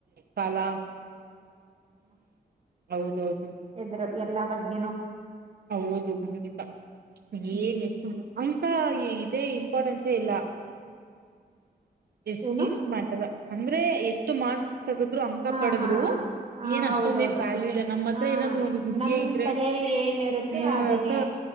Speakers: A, on the right (about 65°); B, on the right (about 35°).
A: ಕಾಲ ಹೌದೌದು
B: ಇದರದು ಎಲ್ಲಾ ಬಗ್ಗೆನು
A: ಹೌದು ಖಂಡಿತಾ
B: ಹ್ಮ್
A: ಏನ್ ಎಷ್ಟು ಅಂತ ಇದೇ ಇಂಪಾರ್ಟೆನ್ಸೇ ಇಲ್ಲ ಎ ಸ್ಕಿಲ್ಸ್
B: ಏನು
A: ಮಾಡಿದಾಗ ಅಂದ್ರೆ ಎಷ್ಟು ಮಾರ್ಕ್ಸ್ ತಗದ್ರು ಅಂಕ
B: ಹಾ
A: ಪಡದ್ರು
B: ಹಾ ಹ
A: ಏನ್
B: ಹೌದೌದು
A: ಅಷ್ಟೊಂದ ಏನ್ ವ್ಯಾಲ್ಯೂ ಇಲ್ಲ ನಮ್ಮ ಹತ್ರ
B: ಹ
A: ಏನಾದ್ರು ಒಂದ್ ವಿದ್ಯೆ
B: ನಮ್
A: ಇದ್ರೆ
B: ತಲೆಯಲ್ಲಿ ಏನಿರುತ್ತೆ
A: ಹ್ಮತ
B: ಅದೇನೇ